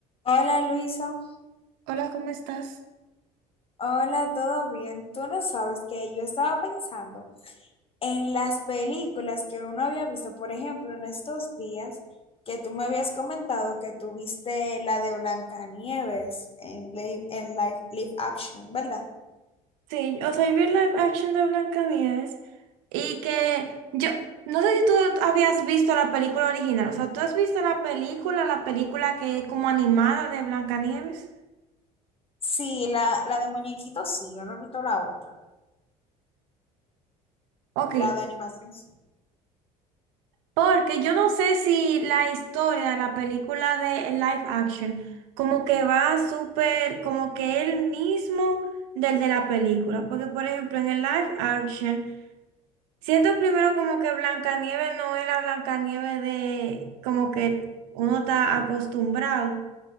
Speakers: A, on the left; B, on the right.
A: Hola Luisa,
B: Hola, ¿cómo estás?
A: hola, ¿todo bien? Tú no sabes que yo estaba pensando en las películas que uno había visto, por ejemplo, en estos días que tú me habías comentado que tú viste la de Blancanieves en, li- en live, live action, ¿verdad?
B: Sí, o sea, y vi live action de Blancanieves y que yo no sé si tú habías visto la película original, o sea, ¿tú has visto la película, la película que es como animada de Blancanieves?
A: Sí, la, la de muñequitos sí, yo no he visto la otra,
B: Ok,
A: la de animación sí.
B: porque yo no sé si la historia de la película de live action como que va súper, como que el mismo del de la película, porque por ejemplo en el live action Siento primero como que Blancanieves no es la Blancanieves de como que uno está acostumbrado.